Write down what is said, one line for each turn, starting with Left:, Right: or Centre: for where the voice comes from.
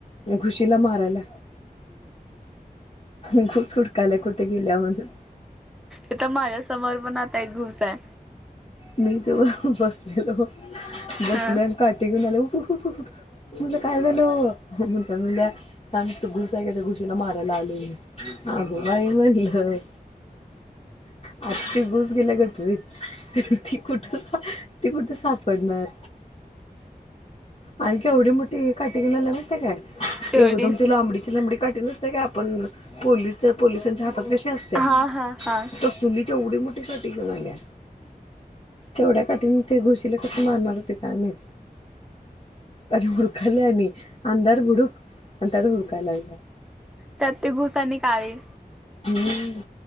Left: घुशीला मारायला, घुस हुडकायाला कुठं गेल्या म्हणून.
Centre: इतं माझ्या समोर पण आता एक घुस आहे.
Left: मी इथं बसलेलो, बसलोय
Centre: ह
Left: अन काठी घेऊन आले, ऊठ-ऊठ-ऊठ-ऊठ. मी म्हणलं काय झालं वो? म्हणतात म्हणल्या थांब इथं घुस आहे काय त्या घु शीला मारायला आलोय मी. आगं बाई म्हनल. आन ती घुस गेल्या गटरीत. ती कुठं सा ती कुठं सापडणार. अन केवढी मोठी काठी घेऊन आला माहितीय काय?
Centre: केवढी
Left: एकदम ती लांबडीची लंबळी काटी नस त्या का आपण पुलिसच्या- पोलिसांच्या हातात कशी असते
Centre: हा हा हा
Left: तसली तेवढी मोठी काठी घेऊन आल्या. तेवढ्या काठीन ती घुशीला कसं मारणार होते काय माहित. आणि हुडकल्या यांनी अंधार भुडूक आणि त्यात हुडकायला लागल्या.
Centre: त्यात ती घुस आणि काळी.
Left: हम्म.